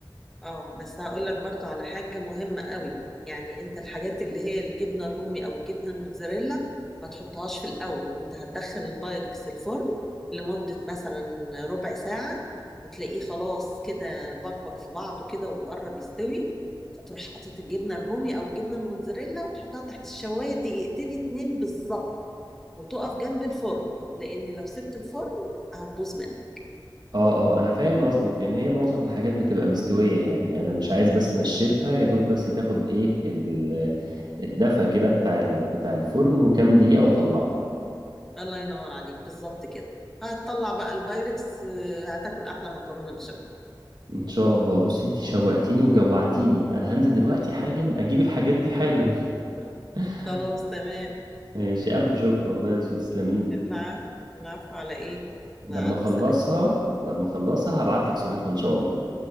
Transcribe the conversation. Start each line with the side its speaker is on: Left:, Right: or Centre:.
Centre: اه بس هقول لك برضو على حاجه مهمه قوي يعني انت الحاجات اللي هي الجبنه الرومي او الجبنه الموتزاريلا ما تحطهاش في الاول انت هتدخل البايركس الفرن لمده مثلا ربع ساعه وتلاقيه خلاص كده بكبك في بعضه كده وقرب يستوي تروح حاطط الجبنه الرومي او الجبنه الموتزاريلا وتحطها تحت الشوايه دقيقتين اتنين بالظبط وتقف جنب الفرن لان لو سبت الفرن هتبوظ منك
Right: اه اه انا فاهم قصدك لان هي معظم الحاجات بتبقى مستويه يعني انا مش عايز بس انشفها يا دوب بس تاخد ايه ال- الدفى كده بتاع ال- بتاع الفرن وكام دقيقه واطلعها
Centre: الله ينور عليك بالظبط كده هتطلع بقى البايركس آه، هتاكل احلى مكرونه بشاميل
Right: ان شاء الله بص انت شوقتيني وجوعتيني انا هنزل دلوقتي حالا اجيب الحاجات دي حالا <laughs>
Centre: خلاص تمام
Right: ماشي الف شكر والله يا سو تسلميلي
Centre: العفو العفو على ايه
Right: لما
Centre: مع الف
Right: اخلصها
Centre: سلامه
Right: لما اخلصها
Centre: مم.
Right: هبعت لك صورتها ان شاء الله